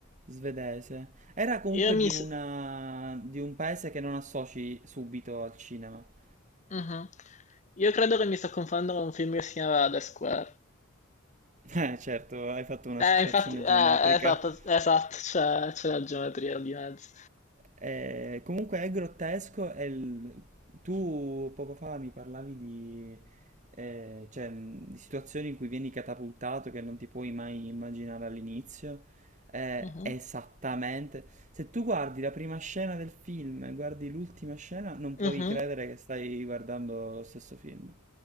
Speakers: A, on the right; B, on the left.
A: svedese. Era comunque
B: Io
A: di
B: mi.
A: una,
B: s-
A: di un paese che non associ subito al cinema. <laughs>
B: Mhm. Io credo che mi sto confondendo con un film che si chiama The Square.
A: Eh, certo, hai fatto un'associazione
B: Eh, infatti. Eh,
A: geometrica.
B: esatto, esatto. C'è c'è la geometria di mezzo.
A: Eh, comunque è grottesco. e il- Tu poco fa mi parlavi di, eh, cioè, mh, di situazioni in cui vieni catapultato che non ti puoi mai immaginare all'inizio. Eh,
B: Mhm,
A: esattamente. Se tu guardi la prima scena del film e guardi l'ultima scena, non puoi
B: mhm,
A: credere che stai guardando lo stesso film.